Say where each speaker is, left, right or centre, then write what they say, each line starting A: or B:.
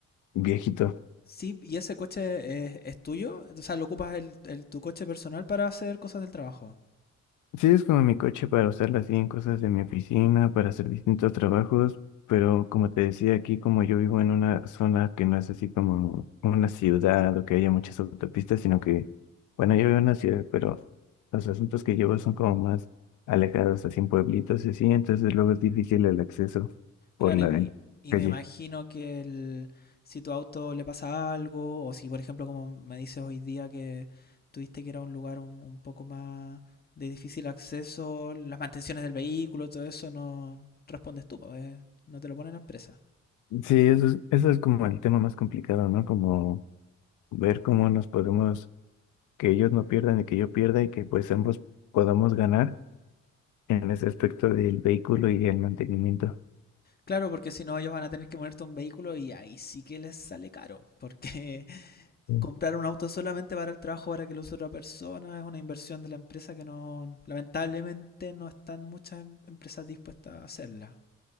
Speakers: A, on the left; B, on the left.
A: viejito.
B: Sí, ¿y ese coche es, es tuyo? O sea, ¿lo ocupas el, el- tu coche personal para hacer cosas del trabajo?
A: Sí, es como mi coche para usarla así en cosas de mi oficina, para hacer distintos trabajos, pero como te decía aquí, como yo vivo en una zona que no es así como una ciudad o que haya muchas autopistas, sino que, bueno, yo vivo en una ciudad, pero los asuntos que llevo son como más alejados, así en pueblitos y así, entonces luego es difícil el acceso
B: Claro,
A: por la
B: y,
A: del-
B: y
A: calle.
B: me imagino que el- si tu auto le pasa algo, o si por ejemplo como me dices hoy día que tuviste que era un lugar un, un poco más de difícil acceso, las mantenciones del vehículo, todo eso no respondes tú, pues, eh, no te lo pone la empresa.
A: Sí, eso es, eso es como el tema más complicado, ¿no? Como ver cómo nos podemos, que ellos no pierdan y que yo pierda y que pues ambos podamos ganar en ese aspecto del vehículo y del mantenimiento.
B: Claro, porque si no, ellos van a tener que ponerte un vehículo y ahí sí que les sale caro, porque <laughs>
A: Mm.
B: comprar un auto solamente para el trabajo, para que lo use otra persona, es una inversión de la empresa que no, lamentablemente no están muchas em- empresas dispuestas a hacerla.